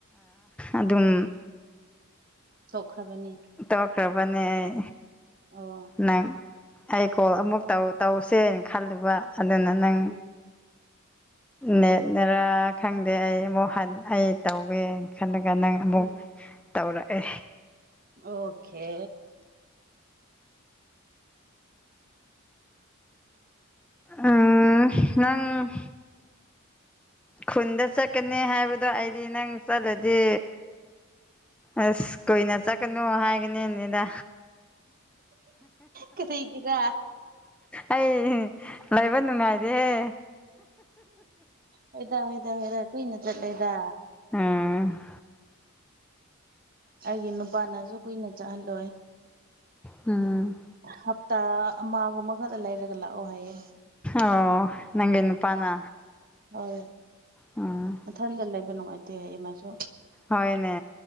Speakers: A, in the centre; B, on the right.
A: ꯑꯗꯨꯝ
B: ꯇꯣꯛꯈ꯭ꯔꯕꯅꯦ
A: ꯇꯣꯛꯈ꯭ꯔꯕꯅꯦ ꯑꯩ
B: ꯑꯣ
A: ꯅꯪ ꯑꯩ ꯀꯣꯜ ꯑꯃꯨꯛ ꯇꯧ ꯇꯧꯁꯦꯅ ꯈꯜꯂꯨꯕ ꯑꯗꯨꯅ ꯅꯪ
B: ꯎꯝ
A: ꯅꯦꯠꯅꯔꯥ ꯈꯪꯗꯦ ꯑꯩ ꯑꯃꯨꯛ ꯍꯟ ꯑꯩ ꯇꯧꯋꯦ ꯈꯜꯂꯒ ꯅꯪ ꯑꯃꯨꯛ
B: ꯎꯝ
A: ꯇꯧꯔꯛꯑꯦ
B: ꯑꯣꯈꯦ
A: ꯎꯝ ꯅꯪ ꯈꯨꯟꯗ ꯆꯠꯀꯅꯤ ꯍꯥꯏꯕꯗꯣ ꯑꯩꯗꯤ ꯅꯪ ꯆꯠꯂꯗꯤ ꯑꯁ ꯀꯨꯏꯅ ꯆꯠꯀꯅꯨ ꯍꯥꯏꯒꯅꯤꯅꯦꯗ
B: ꯀꯔꯤꯒꯤꯔꯥ
A: ꯑꯩ ꯂꯩꯕ ꯅꯨꯡꯉꯥꯏꯗꯦꯍꯦ
B: ꯍꯣꯏꯗꯥ ꯍꯣꯢꯗꯥ ꯍꯣꯢꯗꯥ ꯀꯨꯏꯅ ꯆꯠꯂꯦꯗ
A: ꯎꯝ
B: ꯑꯩꯒꯤ ꯅꯨꯄꯥꯅꯁꯨ ꯀꯨꯏꯅ ꯆꯥꯍꯜꯂꯣꯏ
A: ꯎꯝ
B: ꯍꯞꯇꯥ ꯑꯃꯒꯨꯝꯕ ꯈꯛꯇ ꯂꯩꯔꯒ ꯂꯥꯛꯑꯣ ꯍꯥꯏꯌꯦ
A: ꯑꯣ ꯅꯪꯒꯤ ꯅꯨꯄꯥꯅ
B: ꯍꯣꯏ
A: ꯎꯝ
B: ꯃꯊꯟꯇ ꯂꯩꯕ ꯅꯨꯡꯉꯥꯏꯇꯦ ꯍꯥꯢꯌꯦ ꯃꯥꯁꯨ
A: ꯍꯣꯏꯅꯦ